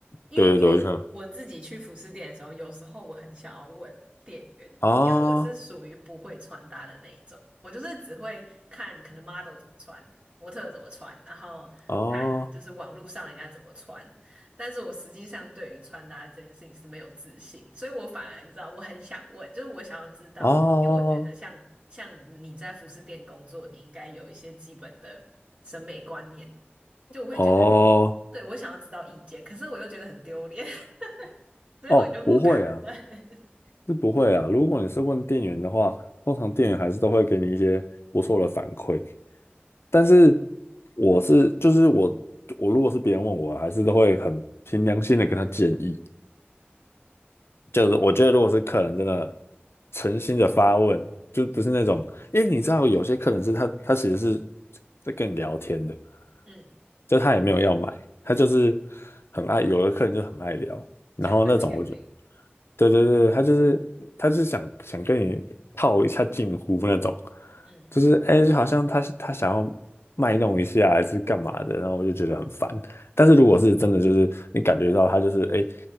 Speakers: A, on the right; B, on the left.
A: 因为因为我自己去服饰店的时候，
B: 对对对，我就想
A: 有时候我很想要问店员，
B: 啊
A: 因为我是属于不会穿搭的那一种，我就是只会看可能 model 怎么穿，模特怎么穿，然后看就是网络上人家怎么穿，
B: 啊
A: 但是我实际上对于穿搭这件事情是没有自信，所以我反而你知道我很想问，就是我想要知道，
B: 啊
A: 因为我觉得像像你在服饰店工作，你应该有一些基本的审美观念。就我会觉得，
B: 哦
A: 对，我想要知道意见，可是我又觉得很丢脸，<laughs> 所以我就不敢问。
B: 哦，不会啊，
A: <laughs>
B: 是不会啊。如果你是问店员的话，通常店员还是都会给你一些不错的反馈。但是我是就是我我如果是别人问我，还是都会很凭良心的跟他建议。就是我觉得，如果是客人真的诚心的发问，就不是那种，因为你知道有些客人是他他其实是在跟你聊天的，
A: 嗯，
B: 就他也没有要买，他就是很爱，有的客人就很爱聊，然后那种我就，
A: 想分享而已。
B: 对对对，他就是他就是想想跟你套一下近乎那种，
A: 嗯
B: 就是哎，就好像他他想要卖弄一下还是干嘛的，然后我就觉得很烦。但是如果是真的，就是你感觉到他就是哎。